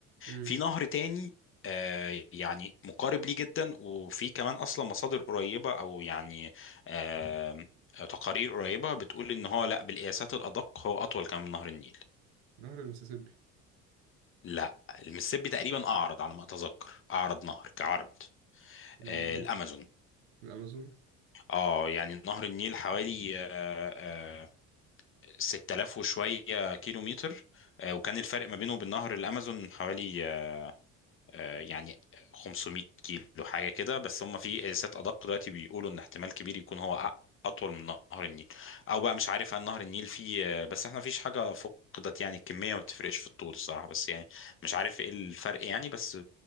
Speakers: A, on the right; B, on the left.
A: مم.
B: في نهر تاني آه، يعني مقارب ليه جدا وفي كمان اصلا مصادر قريبه او يعني آه، تقارير قريبه بتقول ان هو لا بالقياسات الادق هو اطول كمان من نهر النيل
A: نهر المسيسيبي
B: لا المسيسيبي تقريبا اعرض على ما اتذكر اعرض نهر كعرض
A: مم.
B: آه، الامازون
A: الامازون
B: اه يعني نهر النيل حوالي آه، آه، 6000 وشوية كيلو متر آه، وكان الفرق ما بينه وبين نهر الأمازون حوالي آه، آه، يعني 500 كيلو حاجة كده بس هم في قياسات أدق دلوقتي بيقولوا إن احتمال كبير يكون هو أ- أطول من نهر النيل أو بقى مش عارف هل نهر النيل فيه آه، بس احنا مفيش حاجة فقدت يعني الكمية ما بتفرقش في الطول الصراحة بس يعني مش عارف إيه الفرق يعني بس